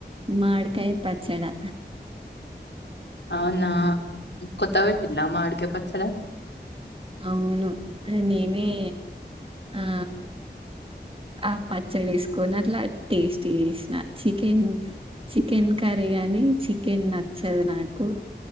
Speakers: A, on the right; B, on the left.
A: మాడికాయ పచ్చడా
B: అవునా కొత్తగ పెట్టిందా మామిడ్కాయ పచ్చడా
A: అవును నేనే ఆ ఆ పచ్చడి వేసుకొని అట్లా టేస్ట్ చేసిన చికెన్ చికెన్ కర్రీ గాని చికెన్ నచ్చదు నాకు